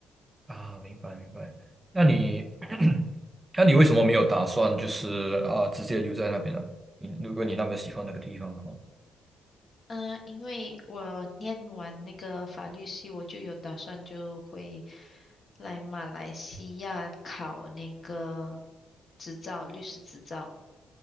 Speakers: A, on the right; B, on the left.
A: 啊，明白明白。那你，<clears throat> 那你为什么没有打算就是啊、直接留在那边呢、你如果你那么喜欢那个地方的话，
B: 嗯，呃因为我念完那个法律系，我就有打算就会来马来西亚考那个执照，律师执照。